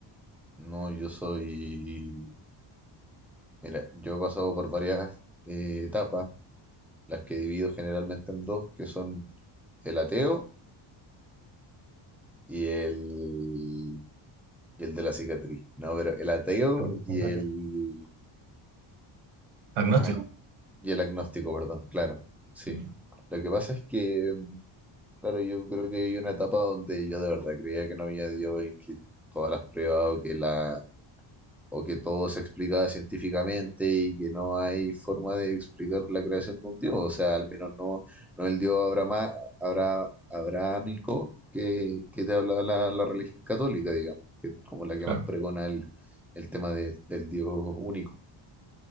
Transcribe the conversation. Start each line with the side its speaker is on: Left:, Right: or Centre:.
Centre: No, yo soy, mira, yo he pasado por varias eh, etapas, las que divido generalmente en dos, que son el ateo y el, y el de la cicatriz. No, pero el ateo
Right: <laughs>
Centre: y el,
Right: ¿Agnóstico?
Centre: ay, y el agnóstico, perdón, claro, sí.
Right: Mm,
Centre: Lo que pasa es que Claro, yo creo que vi una etapa donde yo de verdad creía que no había Dios y que todas las pruebas o que la o que todo se explicaba científicamente y que no hay forma de explicar la creación de un Dios, o sea, al menos no no el Dios abrama, abra, abrahámico que, que te habla la, la religión católica, digamos, que es como la
Right: Claro.
Centre: que más pregona el, el tema de- del Dios único.